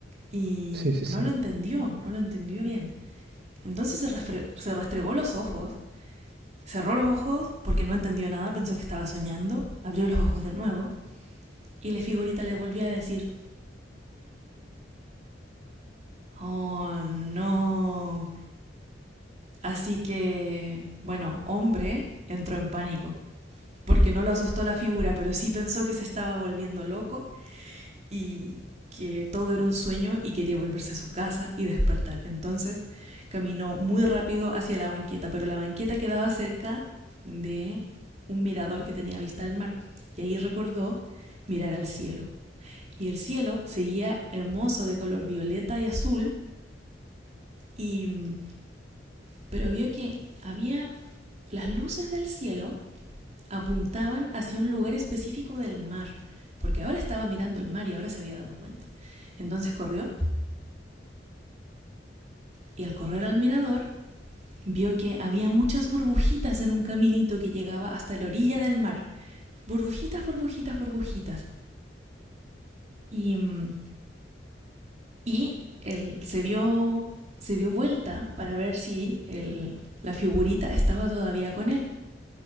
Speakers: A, on the right; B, on the right.
A: Y
B: Sí, sí,
A: no
B: sí.
A: lo entendió, no lo entendió bien. Entonces se, se restregó los ojos, cerró los ojos porque no entendió nada, pensó que estaba soñando, abrió los ojos de nuevo y la figurita le volvió a decir, Oh, no. Así que, bueno, hombre entró en pánico, porque no lo asustó la figura, pero sí pensó que se estaba volviendo loco y que todo era un sueño y quería volverse a su casa y despertar. Entonces caminó muy rápido hacia la banqueta, pero la banqueta quedaba cerca de un mirador que tenía vista al mar. Y ahí recordó mirar al cielo. Y el cielo seguía hermoso de color violeta y azul y mm, pero vio que había las luces del cielo apuntaban hacia un lugar específico del mar, porque ahora estaba mirando el mar y ahora se había dado cuenta. Entonces corrió y al correr al mirador vio que había muchas burbujitas en un caminito que llegaba hasta la orilla del mar. Burbujitas, burbujitas, burbujitas. Y, mm, y él se vio, se dio vuelta para ver si el- la figurita estaba todavía con él.